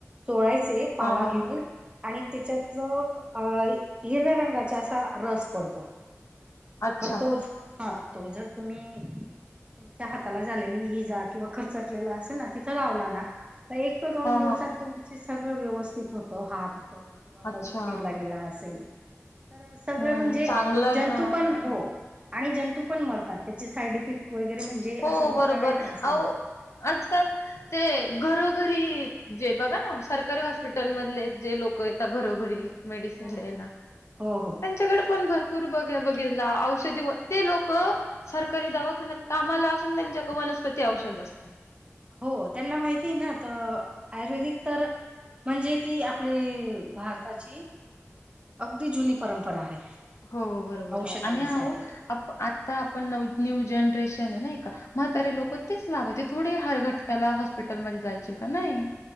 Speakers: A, on the right; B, on the left.
A: चोळायचे पाला
B: हा हा
A: घेऊन आणि त्याच्यातलं अ हिरव्या रंगाचा असा रस पडतो.
B: अच्छा
A: म तो हा तो जर तुम्ही तुमच्या हाताला झालेली इजा किंवा खर्चटलेला असेल ना तिथं लावला ना, एक तो दोन
B: हा
A: दिवसात
B: हा
A: तुमचे सगळं व्यवस्थित होतो हात तो किंवा
B: अच्छा
A: बोट चिरला गेला असेल. तर सगळ
B: हम्म
A: म्हणजे
B: चांगलं आहे
A: जंतू
B: ना
A: पण हो आणि जंतू पण मरतात त्याचे साईड इफेक्ट वगैरे म्हणजे
B: हो
A: असा दुसरा
B: बरोबर
A: काही त्रास नाही.
B: आजकाल ते घरो घरी जे बघा ना सरकारी हॉस्पिटल मधले जे लोक य घरोघरी मेडिसिन
A: हो.
B: द्यायला त्यांच्याकडे
A: हो हो
B: पण भरपूर पुर बघितला, औषधी ते लोक सरकारी दवाखात कामाला असून त्यांच्याक वनस्पती औषध असतं.
A: हो त्यांना माहिती ना, तर आयुर्वेदिक तर म्हणजे ती आपली भारताची अगदी जुनी परंपरा आहे.
B: हो बरोबर
A: औषधांसाठी
B: आणि आ आपण न्य जनरेशन नाही का म्हातारे लोक तेच लावायचे थोडे हर घटक्याला हॉस्पिटलमध्ये जायचे का नाही.